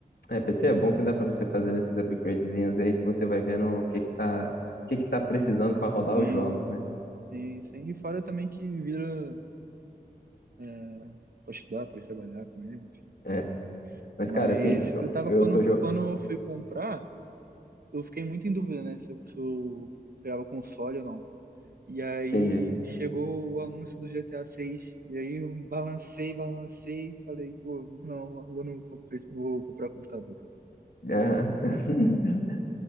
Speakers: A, on the left; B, on the right.
A: É, PC é bom que dá pra você fazer esses upgradezinhos aí que você vai vendo o que que tá, o que que tá precisando pra rodar
B: Sim,
A: os jogos, né?
B: sim, sim. E fora também que vira. é, Pode estudar, pode trabalhar com ele, enfim.
A: É. Mas,
B: Mas
A: cara, assim,
B: eu
A: eu,
B: tava,
A: eu
B: quando,
A: tô jogando.
B: quando eu fui comprar, eu fiquei muito em dúvida, né? Se eu, se eu pegava o console ou não. E aí
A: entendi.
B: chegou o anúncio do GTA 6. E aí eu balancei, balancei e falei, pô, não, eu vou, não comprei- vou comprar computador.
A: Aham. <laughs>